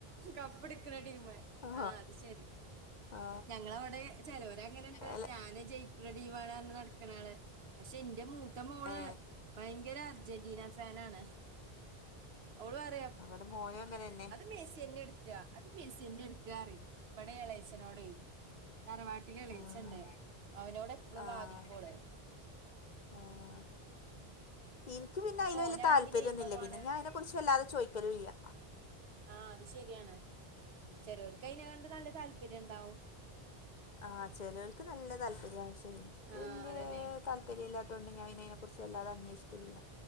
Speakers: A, on the right; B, on the left.
A: കപ്പ് എടുക്ക്ണ ടീമ്
B: ആ
A: ആഹ് അത് ശരി
B: ആ
A: ഞങ്ങളെവടെ ചെലോരങ്ങനെണ്ട്
B: അല്ല
A: ഞാന് ജയി ക്ക്ണ ടീമാള് പറഞ്ഞ് നടക്ക്ണാള് പക്ഷെ ഇന്റെ മൂത്ത മോള്
B: ഏ
A: ഭയങ്കര അർജന്റീന ഫാ നാണ് ഓള് പറയാ
B: ഇവടെ മോനും അങ്ങനന്നെ
A: മെസ്സി തന്നെ എടുക്ക അത് മെസ്സി തന്നെ എട്ക്കാറിയും ഇബടെ എളേയച്ചനോടെ തറവാട്ടില് എളയച്ചെണ്ട്
B: ആഹ്
A: അവനോട് എപ്പളും
B: ആഹ്
A: വാദിക്കോള്
B: ആഹ് ഇൻക്ക് പിന്നെ
A: അപ്പൊ
B: അയില് വല്ല്യ
A: ഓനാണെങ്കി
B: താല്പര്യൊന്നുല്ല്യ
A: നെയ്മറും
B: പിന്നെ
A: ആണ്
B: ഞാൻ അയിനെ കുറിച്ച് വല്ലതെ ചോയ്ക്കലു ഇല്ല്യ
A: ആഹ് അത് ശരിയാണ് ചെരോൽക്ക് അയിനെ കൊണ്ട് നല്ല താല്പര്യംണ്ടാവും
B: ആഹ് ചെലോൽക്ക് നല്ല താല്പര്യാ പക്ഷെ ഇൻക്ക്
A: ആഹ്
B: വല്യേ
A: അതന്നെ
B: താല്പര്യല്ലാത്തോണ്ട് ഞാൻ പിന്നയിനെ കുറിച്ച് വെല്ലാതെ അന്വേഷിക്കലില്ല